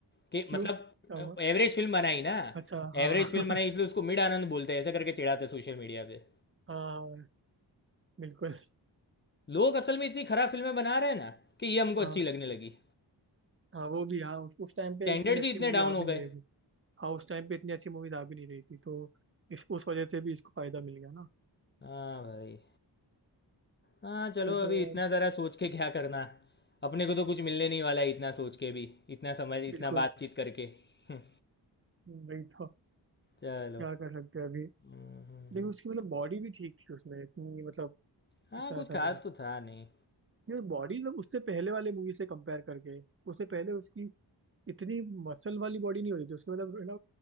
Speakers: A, on the left (about 25°); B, on the right (about 30°).
A: के
B: क्यों
A: मतलब
B: क्या हुआ
A: एवरेज फिल्म बनाई ना
B: अच्छा हाँ
A: एवरेज फिल्म बनाई
B: <laughs>
A: इसलिए उसको मिड आनंद बोलते हैं ऐसा करके चिढ़ाते हैं सोशल मीडिया पे
B: हाँ बिल्कुल
A: लोग असल में इतनी खराब फिल्में बना रहे हैं ना कि ये हमको
B: हाँ
A: अच्छी लगने लगी
B: हाँ वो भी हाँ उस, उस टाइम पे
A: स्टैंडर्ड्स
B: इतनी अच्छी
A: ही इतने
B: मूवी
A: डाउन
B: आ
A: हो
B: भी नहीं
A: गए
B: रही थी हाँ उस टाइम पे इतनी अच्छी मूवीज आ भी नहीं रही थी तो इस उस वजह से भी इसको फायदा मिल गया ना
A: हाँ भाई हाँ चलो
B: तो, तो
A: अभी इतना ज़रा सोच के क्या करना अपने को तो कुछ मिलने नहीं वाला है इतना सोच के भी इतना समझ इतना
B: बिल्कुल
A: बातचीत करके हम्म,
B: वही तो
A: चलो
B: क्या कर सकते हैं अभी
A: हम्म, हम्म,
B: लेकिन
A: हम्म।
B: उसकी मतलब बॉडी भी ठीक थी उसमें इतनी मतलब
A: हाँ
B: इतना
A: कुछ
B: ऐसा
A: खास
B: नहीं था
A: तो था नहीं
B: ये बॉडी मतलब उससे पहले वाले मूवी से कंपेयर करके उससे पहले उसकी इतनी मसल वाली बॉडी नहीं होती थी उसकी मतलब है ना